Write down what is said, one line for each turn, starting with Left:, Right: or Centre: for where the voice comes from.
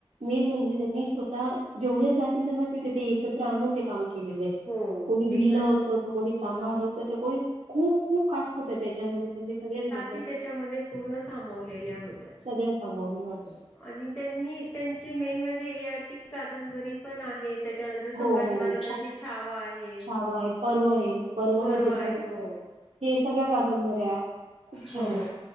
Right: मेन म्हणजे त्यांनी स्वतः जेवढ्या जाती जमाती तेथें एकत्र आणून ते काम केलेलयं
Left: हो
Right: कोणी
Left: एकच
Right: भील्लं होतं तो कोणी चांभार होतं तो कोणी खूप खूप कास्ट होतं तेच्यामध्ये त्यां सगळेच बंद
Left: ती त्याच्यामध्ये पूर्ण सामावलेल्या होत्या.
Right: सगळं सामावलेलं होतं.
Left: आणि त्यांनी त्यांची मेन म्हणजे ययाति कादंबरी पण आहेत. तेच्यानंतर
Right: हो
Left: संभाजी
Right: हो
Left: महाराजांची
Right: हो.
Left: छावा आहे
Right: छावा
Left: हो
Right: आहे पर्व आहे पर्वमध्ये
Left: पर्व
Right: सॉरी
Left: आहे हो.
Right: हे सगळ्या कादंबऱ्या. खूप छान
Left: होय
Right: आहेत.
Left: होय